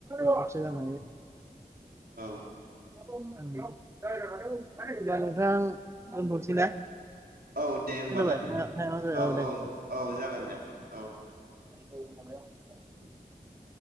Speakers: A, on the right; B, on the right.
A: लाबसो जानो
B: औ। औ।
A: <unintelligible> अब्ला नोंथां दोनथ'सै ना?
B: औ दे होमबालाय
A: खोनाबाय
B: औ-औ-औ
A: औ दे
B: जागोन दे औ।
A: <inaudible>
B: <inaudible>